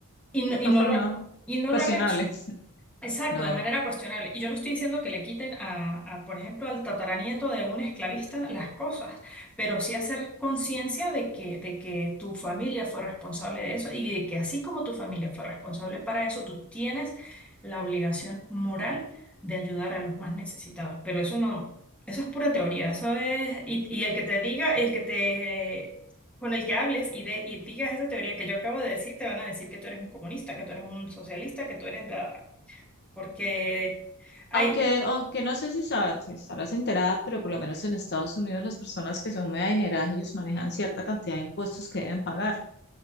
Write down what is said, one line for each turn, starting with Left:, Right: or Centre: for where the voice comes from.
Centre: y no,
Left: cierta
Centre: y no
Left: forma
Centre: lo, ha- y no
Left: cuestionable.
Centre: lo han hecho.
Left: <laughs>
Centre: Exacto,
Left: No,
Centre: de manera
Left: no.
Centre: cuestionable. Y yo no estoy diciendo que le quiten a, a, por ejemplo, al tataranieto de un esclavista las cosas, pero sí hacer conciencia de que, de que tu familia fue responsable de eso y de que así como tu familia fue responsable para eso, tú tienes la obligación moral de ayudar a los más necesitados. Pero eso no, eso es pura teoría, eso es, y, y el que te diga, el que te, con el que hables y, de, y digas esa teoría que yo acabo de decir, te van a decir que tú eres un comunista, que tú eres un socialista, que tú eres... bla, porque hay,
Left: Aunque, aunque no sé si sabes, si estarás enterada, pero por lo menos en Estados Unidos las personas que son muy adineradas, ellos manejan cierta cantidad de impuestos que deben pagar